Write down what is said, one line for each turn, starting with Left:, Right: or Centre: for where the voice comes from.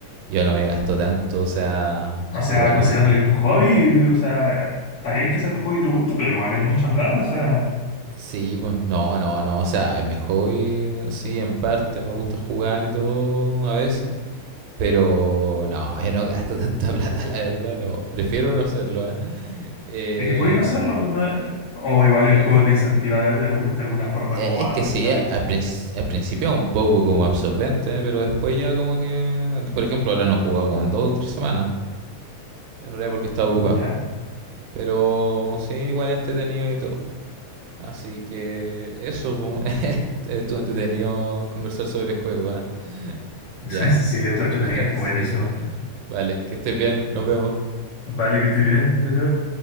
Right: yo no me gasto tanto, o sea,
Left: O sea,
Right: igual,
Left: considerando que es tu hobby, o sea, está bien que sea tu hobby y te guste, pero igual es mucha plata, o sea,
Right: sí, pues, no, no, no, o sea, es mi hobby, sí, en parte, me gusta jugar y todo a veces Pero no, yo no gasto <laughs> tanta plata, la verdad, no. Prefiero no hacerlo, ¿eh? Eh,
Left: es que podéis no hacerlo, pues no es- o igual
Right: no.
Left: el juego te incentiva de, de algu- de alguna forma
Right: Eh,
Left: como
Right: Es
Left: a
Right: que
Left: gastar,
Right: sí, a- al, princi- al principio un poco como absorbente, pero después ya como que... Por ejemplo, ahora no he jugado como en dos o tres semanas, en realidad porque estaba ocupado.
Left: ¿ya?
Right: Pero sí, igual entretenido y todo. Así que eso, po, <laughs> este, estuvo entretenido conversar sobre el juego, ¿ah?
Left: <laughs>
Right: Ya,
Left: Sí, esto es entretenido,
Right: <laughs>
Left: buenísimo.
Right: sí. Vale, que estés bien, nos vemos.
Left: Vale, que estoy bien, yo.